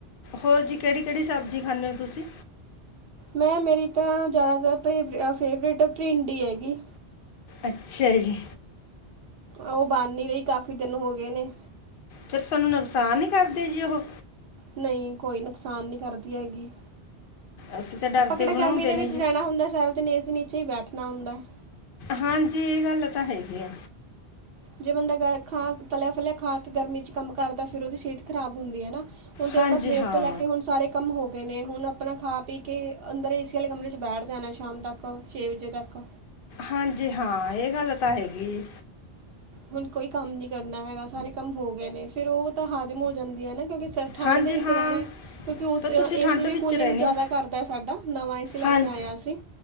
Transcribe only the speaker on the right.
ਮੈਂ ਮੇਰੀ ਤਾਂ ਜ਼ਿਆਦਾਤਰ ਫੇਵਰੇਟ ਭਿੰਡੀ ਹੈਗੀ।
ਉਹ ਬਣ ਨਹੀਂ ਰਹੀ ਕਾਫੀ ਦਿਨ ਹੋ ਗਏ ਨੇ।
ਨਹੀਂ ਕੋਈ ਨੁਕਸਾਨ ਨਹੀਂ ਕਰਦੀ ਹੈਗੀ।
ਆਪਾਂ ਕਿਹੜਾ
ਗਰਮੀ ਦੇ
ਵਿੱਚ
ਜਾਣਾ ਹੁੰਦਾ ਹੈ ਸੈਰ ਦੇ ਨੇ ਇਸ ਦੇ ਨੀਚੇ ਹੀ ਬੈਠਣਾ ਹੁੰਦਾ ਹੈ।
ਜੇ ਬੰਦਾ ਗ ਖਾ ਤਲਿਆ ਫਲਿਆ ਖਾ ਕੇ ਗਰਮੀ ਚ ਕੰਮ ਕਰਦਾ ਫਿਰ ਉਹਦੀ ਸਿਹਤ ਖਰਾਬ ਹੁੰਦੀ ਹੈ ਨਾ ਹੁਣ ਤੇ
ਆਪਾਂ ਸਵੇਰ
ਤੋਂ ਲੈ ਕੇ ਹੁਣ ਸਾਰੇ ਕੰਮ ਹੋ ਗ ਨੇ ਹੁਣ ਆਪਣਾ ਖਾ ਪੀ ਕੇ ਅੰਦਰ ਏਸੀ ਵਾਲੇ ਕਮਰੇ ਚ ਬੈਠ ਜਾਣਾ ਸ਼ਾਮ ਤੱਕ ਛੇ ਵਜੇ ਤੱਕ
ਹੁਣ ਕੋਈ ਕੰਮ ਨੀ ਕਰਨਾ ਹੈਗਾ ਸਾਰੇ ਕੰਮ ਹੋ ਗਏ ਨੇ ਫੇਿਰ ਉਹ ਤਾਂ ਹਾਜ਼ਮ ਹੋ ਜਾਂਦੀ ਹੈ ਨਾ ਕਿਉਂਕਿ ਸ ਠੰਡ
ਦੇ ਵਿੱਚ
ਰਹਿਣਾ ਹੈ ਕਿਉਂਕਿ ਉਸ
ਏ
ਸੀ ਵੀ
ਕੂਲਿੰਗ
ਜਿਆਦਾ
ਕਰਦਾ ਸਾਡਾ ਨਵਾਂ ਏ ਸੀ ਲੈ
<unintelligible> ਕੇ ਆਇਆ ਸੀ।